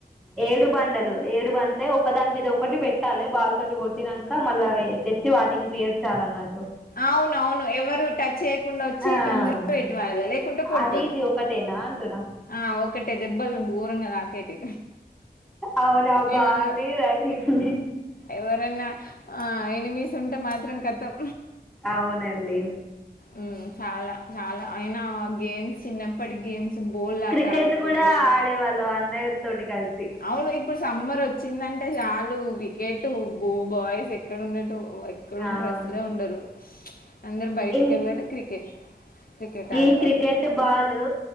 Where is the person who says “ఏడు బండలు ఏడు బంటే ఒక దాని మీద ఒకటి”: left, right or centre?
Centre